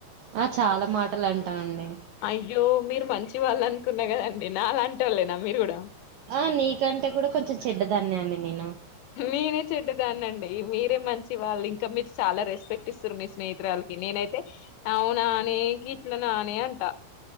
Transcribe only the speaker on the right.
ఆ చాలా మాటలు అంటానండి
ఆ నీకంటే కూడా కొంచెం చెడ్డదన్న అండి నేను